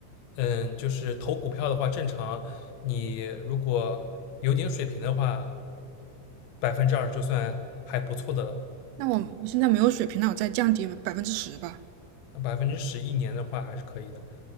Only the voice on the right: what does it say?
那我我现在没有水平，那我再降低百分之十吧。